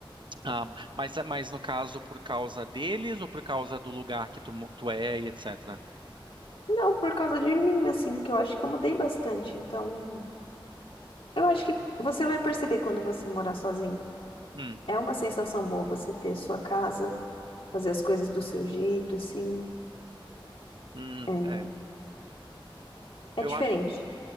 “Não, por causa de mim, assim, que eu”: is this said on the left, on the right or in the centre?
Left